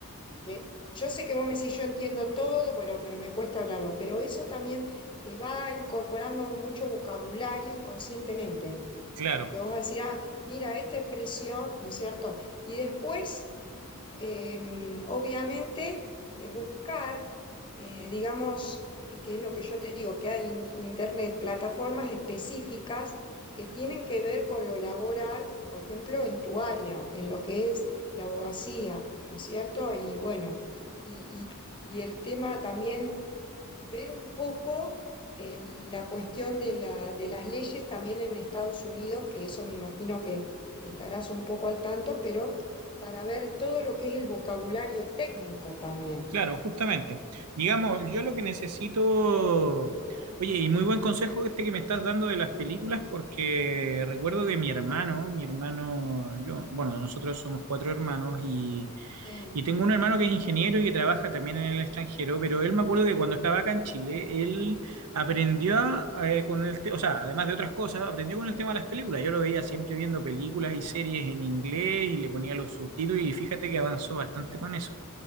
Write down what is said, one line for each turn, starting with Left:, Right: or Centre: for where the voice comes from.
Left: que yo sé que vos me decís, yo entiendo todo, pero, pero me cuesta hablarlo, pero eso también te va incorporando mucho vocabulario inconscientemente.
Right: claro.
Left: Porque vos decías, mira, esta expresión, ¿no es cierto? Y después, eh, obviamente, eh, buscar, eh, digamos, que que es lo que yo te digo, que hay en, en Internet plataformas específicas que tienen que ver con lo laboral, por ejemplo, en tu área, en lo que es la abogacía, ¿no es cierto? Y bueno, y, y- y el tema también ver un poco eh, la cuestión de la, de las leyes también en Estados Unidos, que eso me imagino que estarás un poco al tanto, pero para ver todo lo que es el vocabulario técnico también.
Right: Claro, justamente. Digamos, yo lo que necesito, oye, y muy buen consejo este que me estás dando de las películas, porque recuerdo que mi hermano, mi hermano, yo, bueno, nosotros somos cuatro hermanos y,
Left: Sí,
Right: y tengo un hermano que es ingeniero y que trabaja también en el extranjero, pero él me acuerdo que cuando estaba acá en Chile, él aprendió a, eh, con el, te- o sea, además de otras cosas, aprendió con el tema de las películas. Yo lo veía siempre viendo películas y series en inglés y le ponía los subtítulos y fíjate que avanzó bastante con eso.